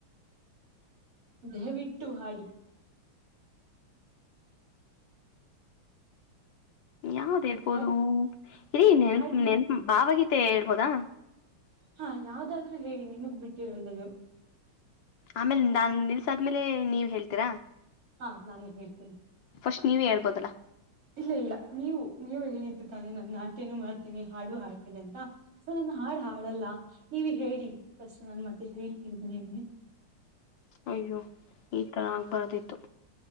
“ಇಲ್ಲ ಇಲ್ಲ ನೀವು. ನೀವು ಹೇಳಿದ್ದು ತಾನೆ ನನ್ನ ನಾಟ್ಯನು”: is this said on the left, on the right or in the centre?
Right